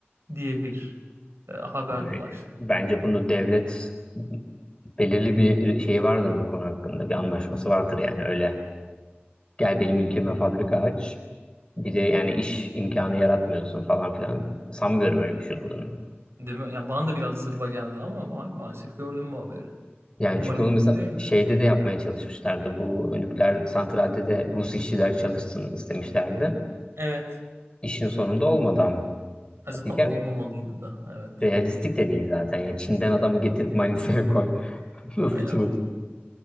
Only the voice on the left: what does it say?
Ben
bence bunu devlet belirli bir şey vardır bu konu hakkında bir anlaşması vardır yani öyle gel benim ülkeme fabrika aç bir de yani iş imkanı yaratmıyorsun falan filan sanmıyorum öyle bir şey olduğunu.
Yani
çünkü onu mesela
şeyde de yapmaya çalışmışlardı bu nükleer santralde de Rus işçiler çalışsın istemişlerdi.
İşin sonunda olmadı ama.
İlker
realistik de değil zaten. Yani Çin'den adamı getirip Manisa'ya koy. <laughs> Nasıl
çılgın.